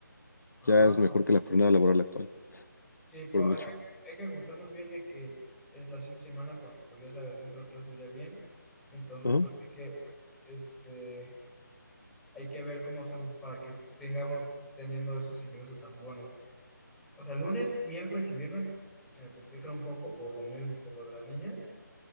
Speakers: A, in the centre; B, on the left.
A: Ajá.
B: Ya es mejor que la jornada laboral actual.
A: Sí, pero
B: por mucho.
A: hay que, hay que ajustarnos bien de que es la siguiente semana, porque, pues ya sabes, dentro de clases ya bien. Entonces,
B: Ajá.
A: pues hay que. Este. Hay que ver cómo hacerlo para que tengamos teniendo esos ingresos tan buenos. O sea, lunes, miércoles y viernes se me complican un poco por lo mismo, por lo de las niñas.